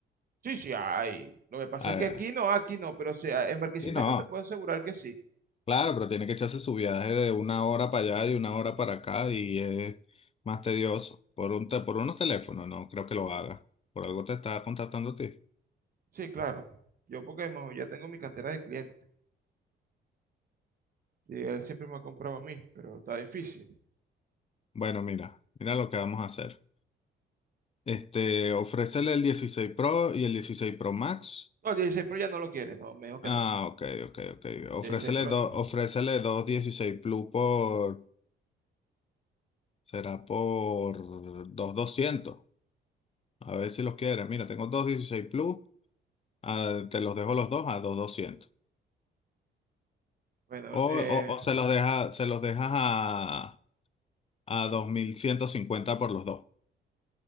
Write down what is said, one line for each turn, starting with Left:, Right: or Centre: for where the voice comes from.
Right: Sí, sí, hay. Lo que pasa
Left: A
Right: es que
Left: ver,
Right: aquí no, aquí no, pero o sea, en Barquisimeto
Left: sí, no.
Right: te puedo asegurar que sí.
Left: Claro, pero tiene que echarse su viaje de una hora para allá y una hora para acá y es más tedioso. Por un te- por unos teléfonos, no creo que lo haga. Por algo te está contactando a ti.
Right: Sí, claro. Yo porque mejor ya tengo mi cantera de clientes. Y él siempre me ha comprado a mí, pero está difícil.
Left: Bueno, mira, mira lo que vamos a hacer. Este, ofrécele el 16 Pro y el 16 Pro Max.
Right: No, 16 Pro ya no lo quiere, no, me dijo que
Left: Ah,
Right: no.
Left: ok, ok, ok. Ofrécele,
Right: 16 Pro
Left: do-
Right: no.
Left: ofrécele dos 16 Plus por, será por dos doscientos. A ver si los quieres. Mira, tengo dos 16 Plus, ah, te los dejo los dos a dos doscientos.
Right: Bueno,
Left: O,
Right: eh,
Left: o, o se los deja, se los dejas a, a 2.150 por los dos.